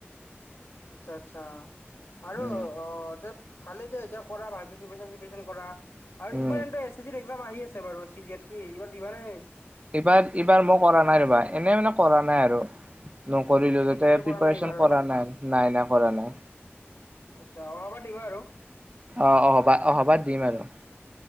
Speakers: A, on the left; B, on the right.
A: আচ্ছা আচ্ছা আৰু
B: উম
A: অ যে ভালে দিয়া এতিয়া কৰা ভালকে প্ৰিপাৰেচন চিপাৰেচন কৰা আৰু
B: উম
A: ইবাৰ এ এ চি একাম আহি আছে বাৰু চিজিয়েল কি ইবাৰ দিবা নে
B: এইবাৰ এইবাৰ মই কৰা নাই ৰবা এনে মানে কৰা নাই আৰু নকৰিলো যাতে
A: এপ্লাইটো কৰা
B: প্ৰিপাৰচন
A: নাই এইবাৰ
B: কৰা নাই নাই নাই কৰা নাই
A: আচছা অহাবা দিবা আৰু
B: অ অহবা অহবাত দিম আৰু